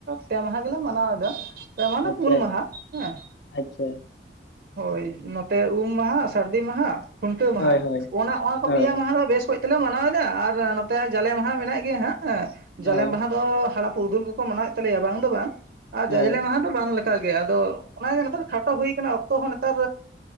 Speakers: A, on the right; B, on the left.
A: ᱯᱮ ᱢᱟᱦᱟ ᱜᱮᱞᱮ ᱢᱟᱱᱟᱣ ᱮᱫᱟ ᱾ ᱯᱮ ᱢᱟᱦᱟᱸ ᱫᱚ
B: ᱟᱪᱪᱷᱟ
A: ᱯᱩᱱ ᱢᱟᱦᱟ ᱦᱮᱸ
B: ᱟᱪᱪᱷᱟ
A: ᱦᱚᱭ ᱾ ᱱᱚᱛᱮ ᱩᱢ ᱢᱟᱦᱟ ᱥᱟᱹᱨᱫᱤ ᱢᱟᱦᱟ ᱠᱷᱩᱱᱴᱟᱹ ᱢᱟᱦᱟ
B: ᱦᱳᱭ ᱦᱳᱭ
A: ᱚᱱᱟ ᱚᱱᱟ ᱠᱚ
B: ᱦᱳᱭ
A: ᱯᱮᱭᱟ ᱢᱟᱦᱟ ᱫᱚ ᱵᱮᱥ ᱦᱚᱭ ᱛᱮᱞᱮ ᱢᱟᱱᱟᱣ ᱮᱫᱟ ᱟᱨ ᱱᱚᱛᱮ ᱡᱟᱞᱮ ᱢᱟᱦᱟ ᱢᱮᱱᱟᱜ ᱜᱮᱭᱟ ᱦᱮᱸ ᱦᱸ
B: ᱦᱳᱭ
A: ᱡᱟᱞᱮ ᱢᱟᱦᱟ ᱫᱚ ᱦᱟᱲᱟᱯ ᱯᱩᱨᱫᱩᱞ ᱠᱚᱠᱚ ᱢᱟᱱᱟᱣᱮᱫ ᱛᱟᱞᱮᱭᱟ ᱵᱟᱝ ᱫᱚ ᱵᱟᱝ ᱟᱨ
B: ᱦᱳᱭ
A: ᱡᱟᱡᱽᱞᱮ ᱢᱟᱦᱟ ᱫᱚ ᱵᱟᱝ ᱞᱮᱠᱟ ᱜᱮ ᱟᱫᱚ ᱚᱱᱟᱜᱮ ᱱᱮᱛᱟᱨ ᱠᱷᱟᱴᱚ ᱦᱩᱭ ᱟᱠᱟᱱᱟ ᱚᱠᱛᱚ ᱦᱚᱸ ᱱᱮᱛᱟᱨ